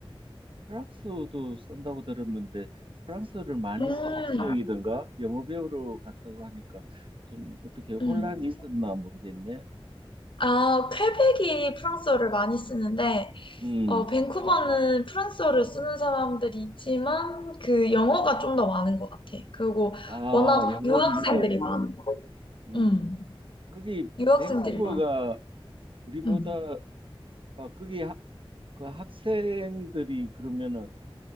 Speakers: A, on the right; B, on the left.
A: 프랑스어도 쓴다고 들었는데 프랑스어를 많이
B: 음,
A: 쓰는 지역이던가 영어 배우러 갔다고 하니까 좀 어떻게 혼란이
B: 음.
A: 있었나 모르겠네.
B: 아, 퀘벡이 프랑스어를 많이 쓰는데,
A: 음,
B: 어, 밴쿠버는 프랑스어를 쓰는 사람들이 있지만 그 영어가 좀 더 많은 것 같아. 그리고
A: 아,
B: 워낙
A: 영어는
B: 유학생들이
A: 문제였군.
B: 많아.
A: 음,
B: 음,
A: 거기
B: 유학생들이
A: 밴쿠버가
B: 많아.
A: 우리보다
B: 음.
A: 아, 거기 하, 그 학생들이 그러면은